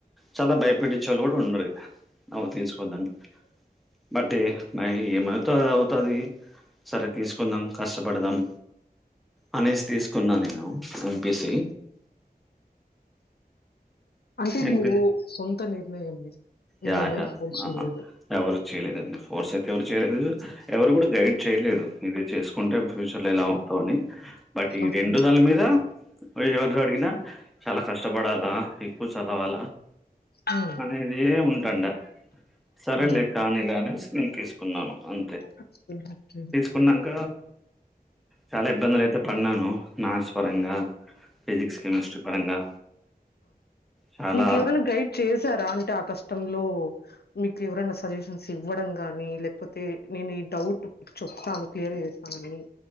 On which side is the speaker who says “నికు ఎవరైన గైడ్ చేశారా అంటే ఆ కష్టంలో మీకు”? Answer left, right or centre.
Left